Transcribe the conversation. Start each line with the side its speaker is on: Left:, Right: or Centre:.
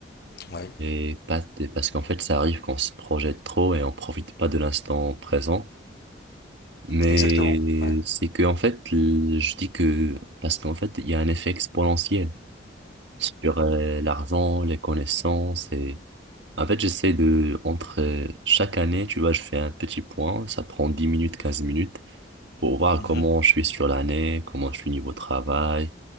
Left: Ouais,
Right: Et pas, et parce qu'en fait, ça arrive qu'on se projette trop et on profite pas de l'instant présent. Mais
Left: exactement. Ouais.
Right: c'est que, en fait, l- je dis que, parce qu'en fait, il y a un effet exponentiel sur euh, l'argent, les connaissances et, en fait, j'essaie de, entre euh, chaque année, tu vois, je fais un petit point, ça prend 10 minutes, 15 minutes pour voir
Left: Mhm.
Right: comment je suis sur l'année, comment je suis niveau travail,